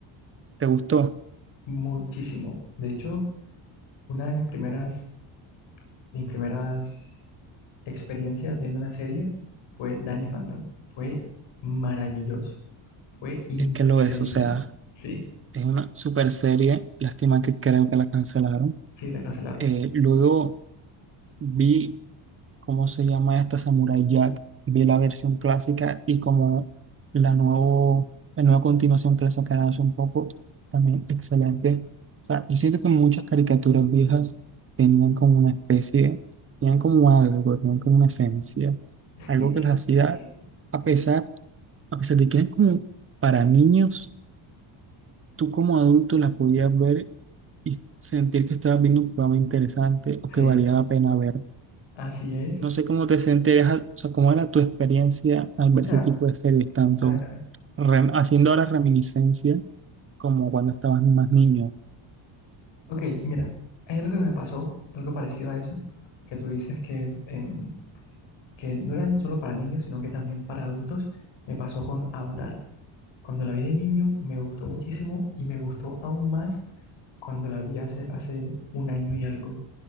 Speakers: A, on the right (about 25°); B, on the left (about 65°).
A: ¿Te gustó?
B: Muchísimo. De hecho, una de mis primeras, mis primeras experiencias viendo una serie fue Danny Phantom. Fue maravilloso. Fue increíble.
A: Es que lo es, o sea,
B: Sí,
A: es una super serie, lástima que creo que la cancelaron.
B: sí, la cancelaron.
A: Eh, luego vi ¿cómo se llama esta? Samurai Jack. Vi la versión clásica y como la, nuevo, la nueva continuación que le sacaron hace un poco, también excelente. O sea, yo siento que muchas caricaturas viejas tenían como una especie, tenían como algo, tenían como una esencia,
B: Es que
A: algo
B: eso,
A: que las hacía,
B: eso.
A: a pesar, a pesar de que eran como para niños, tú como adulto las podías ver y sentir que estabas viendo un programa interesante
B: Sí,
A: o que valía la pena ver.
B: así es.
A: No sé cómo te sentías, o sea, cómo era tu experiencia al ver
B: O sea,
A: ese tipo de series, tanto
B: a ver.
A: rem- haciendo ahora reminiscencia como cuando estabas más niño.
B: Ok, mira, hay algo que me pasó, algo parecido a eso, que tú dices que, em, que no eran solo para niños, sino que también para adultos. Me pasó con Avatar. Cuando la vi de niño me gustó muchísimo y me gustó aún más cuando la vi hace, hace un año y algo.